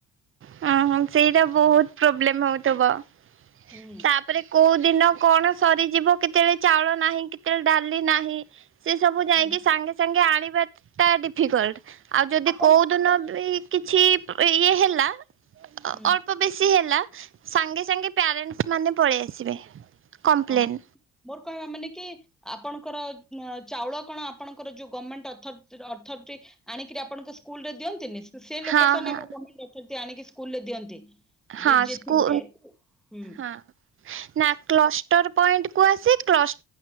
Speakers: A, on the right; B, in the centre.
A: ହଁ ହଁ ସେଇଟା ବହୁତ ପ୍ରୋବ୍ଲେମ ହଉ ଥିବ ।
B: ହୁଁ
A: ତାପରେ କୋଉ ଦିନ କଣ ସରିଯିବ କେତେବେଳେ ଚାଉଳ ନାହିଁ କେତେବେଳେ ଡାଲି ନାହିଁ। ସେ ସବୁ
B: ହୁଁ
A: ଯାଇକି ସାଙ୍ଗେ ସାଙ୍ଗେ ଆଣି ଟା ଡିଫିକଲ୍ଟ। ଆଉ ଯଦି
B: ଆପଣ
A: କୋଉ କିଛି ଇଏ ହେଲା।
B: ହୁଁ
A: ଅଳ୍ପ ବେଶୀ ହେଲା। ସାଙ୍ଗେ ସାଙ୍ଗେ ପ୍ୟାରେଣ୍ଟସ୍ ମାନେ ପଳେଇ ଆସିବେ। କମ୍ପ୍ଲେନ୍
B: ହଁ ମୋର । କହିବା ମାନେ କି ଆପଣଙ୍କର ଚାଉଳ କଣ ଆପଣଙ୍କର ଯୋଉ ଗଭମେଣ୍ଟ ଅଥରିଟି ଆଣିକରି ଆପଣଙ୍କ ସ୍କୁଲ ରେ ଦିଅନ୍ତିନି? ସେ ଲୋକେସନ
A: ହଁ ହଁ
B: ଏବେ <unintelligible> ଆଣିକି ସ୍କୁଲରେ ଦିଅନ୍ତି।
A: ହଁ
B: ଯେ ଯିଏ
A: ସ୍କୁ
B: ଥିବେ ହୁଁ
A: ହଁ ନା କ୍ଲସ୍ ଟର୍ ପଏଣ୍ଟକୁ ଆସି କ୍ଲସ୍